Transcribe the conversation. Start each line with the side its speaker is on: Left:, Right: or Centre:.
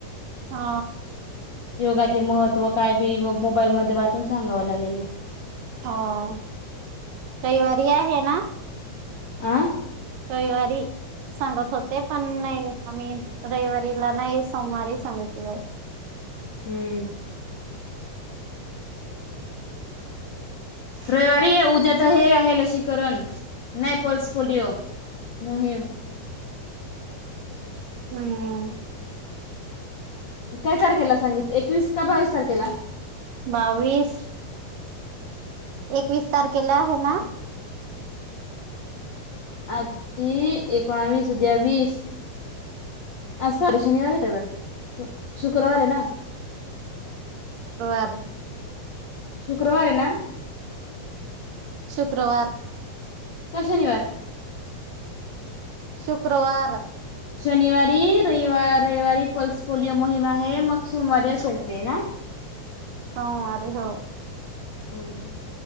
Right: हा.
Left: योगाचे महत्त्व काय बी मोबाईलमध्ये वाचून सांगावं लागेल ना.
Right: हो. रइवारी आहे ना?
Left: आह
Right: रइवारी सांगत होते, पण नाही आम्ही रइवारीला नाही, सोमवारी सांगितलय.
Left: हम्म रविवारी ये, उद्या तर हे आहे. लसीकरण नाही, पल्स पोलिओ मोहीम
Right: हम्म
Left: काय तारखेला सांगित, एकवीस का बावीस तारखेला?
Right: बावीस एकवीस तारखेला हो ना.
Left: आी एकोणावीस, उद्या वीस आज कार शनिवारी काय यवर शुक्रवार आहे ना <inaudible>
Right: <unintelligible>
Left: शुक्रवार आहे ना
Right: शुक्रवार
Left: काय शनिवार?
Right: शुक्रवार
Left: शनिवारी रविव रविवारी पल्स पोलिओ मोहीम आहे, मग सोमवारी असेल ते ना? <inaudible>
Right: <unintelligible>
Left: हम्म्